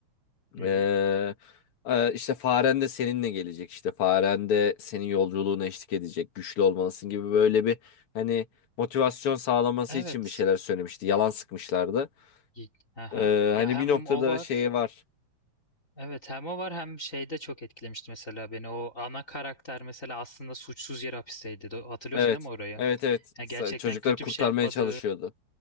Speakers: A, on the left; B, on the left.
A: hı
B: Ee, e, işte faren de seninle gelecek işte faren de senin yolculuğuna eşlik edecek güçlü olmalısın gibi böyle bir hani motivasyon sağlaması
A: Evet.
B: için bir şeyler söylemişti yalan sıkmışlardı
A: Y- Aha.
B: Ee, hani
A: Ya hem
B: bir noktada
A: o var.
B: şeyi var
A: Evet hem o var hem şeyde çok etkilemişti mesela beni. O ana karakter mesela aslında suçsuz yere hapisteydi. Do- Hatırlıyorsun
B: evet
A: değil mi orayı?
B: evet evet
A: Ya gerçekten
B: Sa- çocukları
A: kötü
B: kurtarmaya
A: bir şey yapmadığı
B: çalışıyordu